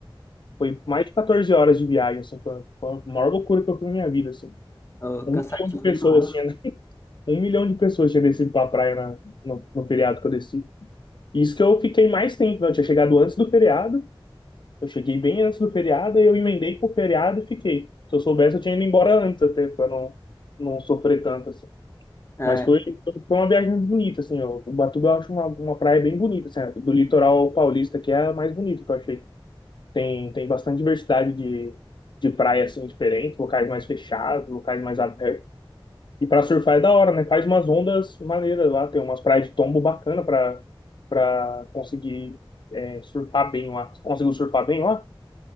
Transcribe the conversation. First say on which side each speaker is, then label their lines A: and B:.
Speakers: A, on the left; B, on the left.
A: Foi mais de 14 horas de viagem, assim. Foi foi a maior loucura que eu fiz na minha vida, assim.
B: eu-
A: Um
B: cansativo
A: milhão de pessoas
B: demais.
A: tinha... <laughs> Um milhão de pessoas tinha descido pra praia na, no, no feriado que eu desci. Isso que eu fiquei mais tempo, né? Eu tinha chegado antes do feriado eu cheguei bem antes do feriado, aí eu emendei com o feriado e fiquei. Se eu soubesse, eu tinha ido embora antes até, pra não, não sofrer tanto, assim.
B: É.
A: Mas foi, foi uma viagem bonita, assim. ó. Ubatuba eu acho uma, uma praia bem bonita, assim. Do litoral paulista, que é a mais bonita que eu achei. Tem, tem bastante diversidade de, de praia, assim, diferente. Locais mais fechados, locais mais abertos. E pra surfar é da hora, né? Faz umas ondas maneiras lá. Tem umas praias de tombo bacana pra, pra conseguir é, surfar bem lá. Conseguiu surfar bem lá?